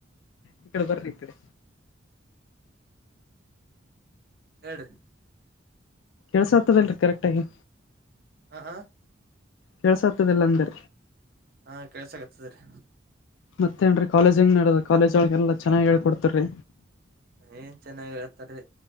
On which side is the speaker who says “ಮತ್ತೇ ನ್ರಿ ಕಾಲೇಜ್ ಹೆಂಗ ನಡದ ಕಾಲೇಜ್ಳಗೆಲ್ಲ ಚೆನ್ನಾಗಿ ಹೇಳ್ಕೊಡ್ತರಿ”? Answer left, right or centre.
Left